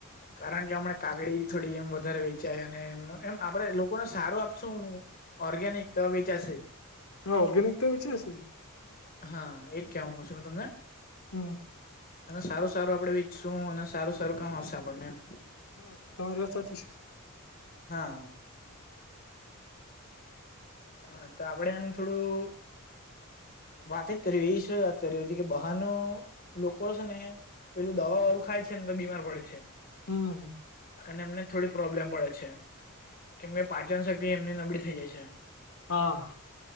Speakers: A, on the left (about 40°); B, on the left (about 75°).
A: કારણ કે હમણા કાકડી થોડી એમ વધારે વેચાય અને એમ એમ આપડે લો કોને સારું આપશું ઓર્ગેનિક વેચાશે
B: ઓર્ગેનિકતો વેચાશે
A: હા એજ કેવા માંગુ છું મે તમને
B: હમ
A: અને સારું સારું આપડણે વીચશું અને સારું સારું કામ આવશે આપણને એમ
B: હા તમારી વાત સાચી છે.
A: હા હા તો આપડે આમ થોડું વાત જ કર એ શું વાત કર હતી કે બહારનું લોકો છે ને પેલું દવા વાળું ખાય છે ને તો બીમાર પડે છે.
B: હમ
A: અને એમને થોડી પ્રોબ્લેમ પડે છે. કેમ કે પાચન શક્તિ એમની નબળી થઇ જાય છે.
B: હા